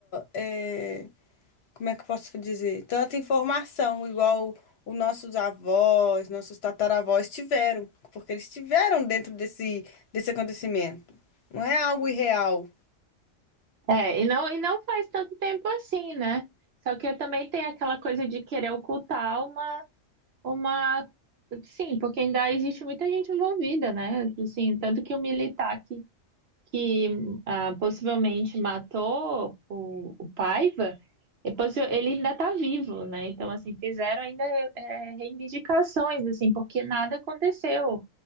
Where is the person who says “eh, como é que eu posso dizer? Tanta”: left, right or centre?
Left